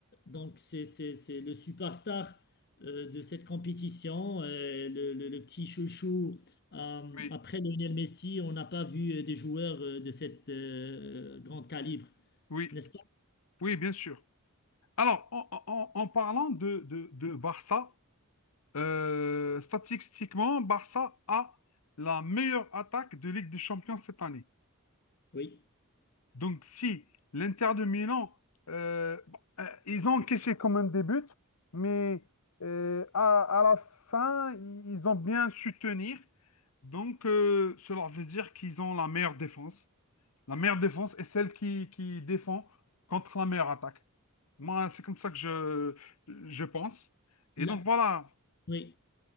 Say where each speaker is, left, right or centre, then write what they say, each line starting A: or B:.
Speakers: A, on the left; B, on the left.
A: donc c'est c'est- c'est le superstar euh, de cette compétition, euh, le, le- le petit chouchou. Euh,
B: oui,
A: après Lionel Messi, on n'a pas vu euh, des joueurs euh, de cette euh, grande calibre,
B: oui,
A: n'est-ce pas?
B: oui, bien sûr. Alors, en, en- en en parlant de, de, de Barça, Euh, statistiquement, Barça a la meilleure attaque de Ligue des Champions cette année.
A: Oui.
B: Donc, si l'Inter de Milan, euh, bon, euh, ils ont encaissé quand même des buts, mais euh, à, à la fin, i- ils ont bien su tenir. Donc, euh, cela veut dire qu'ils ont la meilleure défense. La meilleure défense est celle qui, qui défend contre la meilleure attaque. Moi, c'est comme ça que je, je pense. Et
A: La-
B: donc, voilà.
A: oui.